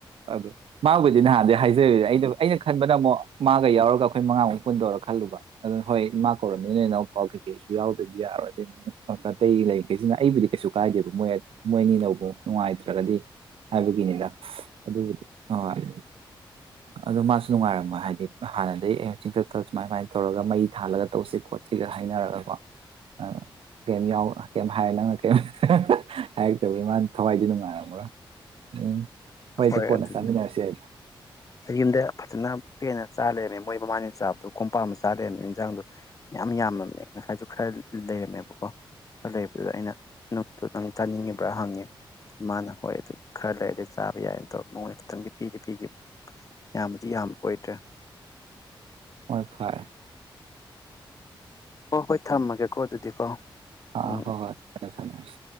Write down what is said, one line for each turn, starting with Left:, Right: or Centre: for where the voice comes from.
Right: ꯑꯗꯣ ꯃꯥꯕꯨꯗꯤ ꯅꯍꯥꯟꯗꯩ ꯍꯥꯏꯖꯔꯦ ꯑꯩꯩꯅ ꯑꯩꯅ ꯈꯟꯕꯅ ꯑꯃꯨꯛ ꯃꯥꯒ ꯌꯥꯎꯔꯒ ꯑꯩꯈꯣꯏ ꯃꯉꯥꯃꯨꯛ ꯄꯨꯟꯗꯣꯔ ꯈꯜꯂꯨꯕ ꯑꯗꯨꯅ ꯍꯣꯏ ꯃꯥ ꯀꯧꯔꯝꯅꯤꯅ ꯅꯣꯏ ꯅꯥꯎꯄꯥ ꯀꯩꯀꯩꯁꯨ ꯌꯥꯎ ꯑꯗꯨꯗꯤ ꯌꯥꯔꯣꯏꯗ ꯑꯇꯩ ꯂꯩꯈꯩꯁꯤꯅ ꯑꯩꯕꯨꯗꯤ ꯀꯩꯁꯨ ꯀꯥꯏꯗꯦꯕ ꯃꯣꯏ ꯃꯣꯏ ꯑꯅꯤꯅꯕꯨ ꯅꯨꯡꯉꯥꯏꯇ꯭ꯔꯒꯗꯤ ꯍꯥꯏꯕꯒꯤꯅꯤꯗ ꯑꯗꯨꯕꯨꯗꯤ ꯑꯍꯣꯏ ꯑꯗꯣ ꯃꯥꯁꯨ ꯅꯨꯡꯉꯥꯏꯔꯝꯃꯣꯏ ꯍꯥꯏꯗꯤ ꯍꯥꯟꯅꯗꯩ ꯆꯤꯡꯊꯛꯇ ꯁꯨꯃꯥꯏ ꯁꯨꯃꯥꯏꯅ ꯇꯧꯔꯒ ꯃꯩ ꯊꯥꯜꯂꯒ ꯇꯧꯁꯤ ꯈꯣꯠꯁꯤꯒ ꯍꯥꯏꯅꯔꯒꯀꯣ ꯑ ꯀꯩꯝ ꯌꯥꯎꯔꯣꯏ ꯀꯩꯝ ꯍꯥꯏꯔꯣꯏ ꯅꯪꯅ ꯀꯩꯝ ꯍꯥꯏꯔꯛꯇꯕꯒꯤ ꯃꯥ ꯊꯋꯥꯏꯗꯤ ꯅꯨꯡꯉꯥꯏꯔꯝꯃꯔꯣꯏ ꯎꯝ ꯍꯣꯏꯗ
Left: ꯍꯣꯏ
Right: ꯀꯣꯟꯅ
Left: ꯑꯗꯨꯅꯦ
Right: ꯆꯥꯃꯤꯟꯅꯔꯁꯤ ꯌꯥꯏꯗ
Left: ꯑꯩ ꯌꯨꯝꯗ ꯐꯖꯅ ꯄꯦꯅ ꯆꯥ ꯂꯩꯔꯝꯃꯦ ꯃꯣꯏ ꯃꯃꯥꯅ ꯆꯥꯕꯗꯣ ꯀꯣꯝꯄꯥꯛ ꯑꯃ ꯆꯥ ꯂꯩꯔꯝꯃꯦ ꯏꯟꯖꯥꯡꯗꯣ ꯃꯌꯥꯝ ꯌꯥꯝꯃꯕꯅꯦ ꯉꯁꯥꯏꯁꯨ ꯈꯔ ꯂꯩꯔꯝꯃꯦꯕꯀꯣ ꯂꯩꯕꯗꯨꯗ ꯑꯩꯅ ꯅꯨꯞꯇꯣ ꯅꯪ ꯆꯥꯅꯤꯡꯉꯤꯕ꯭ꯔꯥ ꯍꯪꯉꯦ ꯃꯥꯅ ꯍꯣꯏ ꯗꯨ ꯈꯔ ꯂꯩꯔꯗꯤ ꯆꯥꯕ ꯌꯥꯏꯅ ꯇꯧꯔ ꯃꯉꯣꯟꯗ ꯈꯤꯇꯪꯗꯤ ꯄꯤꯗꯤ ꯄꯤꯒꯤꯕ ꯌꯥꯝꯕꯨꯗꯤ ꯌꯥꯝꯕ ꯑꯣꯏꯗ꯭ꯔꯦ
Right: ꯍꯣꯏ ꯐꯔꯦ
Left: ꯍꯣꯍꯣꯏ ꯊꯝꯃꯒꯦꯀꯣ ꯑꯗꯨꯗꯤꯀꯣ
Right: ꯑꯥ
Left: ꯎꯝ
Right: ꯍꯣꯏ ꯍꯣꯏ ꯀꯣꯟꯅ ꯁꯥꯟꯅꯔꯁꯤ